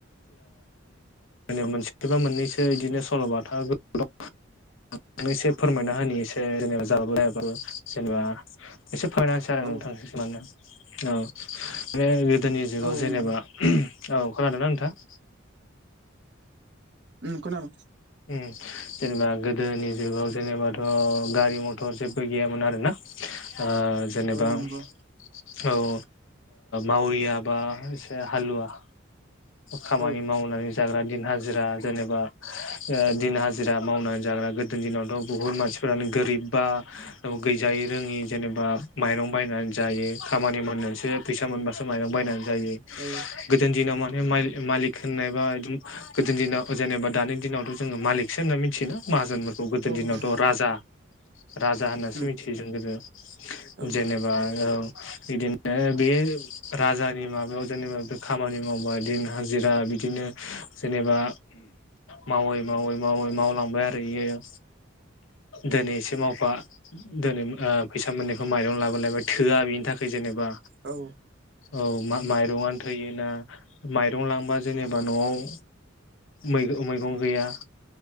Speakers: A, on the left; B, on the right.
A: माव मोनसेस बा मोननैसो बिदिनो सल'बाथा <unintelligible> आ एसे फोरमायना होनि एसे जेनेबा जाबाबो जायाबाबो जेनेबा एसे फोरमान सै आरो
B: औ
A: नोंथां माने औ माने गोदोनि जुगाव
B: औ
A: जेनेबा
B: नंगौ
A: औ खोनादोंना नोंथाङा
B: उम खोनादों
A: उम जेनेबा गोदोनि जुगाव जेनेबाथ' गारि मथर जेबो गैयामोन आरो ना ओ जेनेबा
B: औ नंगौ
A: औ ओ मावरिया बा एसे हालुवा खामानि
B: औ
A: मावनानै जाग्रा दिन हाजिरा जेनेबा ओ दिन हाजिरा मावनानै जाग्रा गोदो दिनावथ' बुहुत मानसिफोरानो गोरिब बा औ गैजायै रोङि जेनेबा माइरं बायनानै जायो खामानि मावनोसो फैसा मोनबा माइरं बायनानै जायो
B: औ
A: गोद गोदो दिनाव माने मालिक होननायबा गोदो दिनाव जेनेबा दानि दिनावथ' जोङो मालिकसो होनना मिथियोना माहाजोनफोरखौ गोदोनि
B: औ
A: दिनावथ'
B: नंगौ
A: राजा राजा होननासो
B: उम
A: मिथियो जों गोदो
B: औ
A: जेनेबा औ बिदिनो बे राजानि माबायाव जेनेबा बे खामानि मावबाया दिन हाजिरा बिदिनो जेनेबा मावै मावै मावै मावलांबाय आरो बियो दिनै एसे मावफा दिनै ओ फैसा मोननायखौ माइरं लाबो लायबाय थोआ बेनि थाखाय जेनेबा
B: औ
A: औ माइरंनो थैयोना माइरं लांबा जेनेबा न'आव मै मैगं गैया